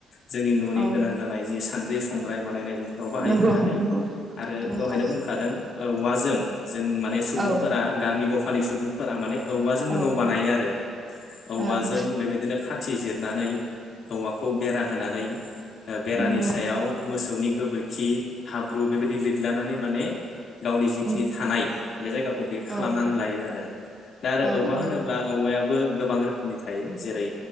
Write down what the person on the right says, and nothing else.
औ
नंगौ
नंगौ
नंगौ
औ
औ
ओं
नंगौ
उम
औ
औ
औ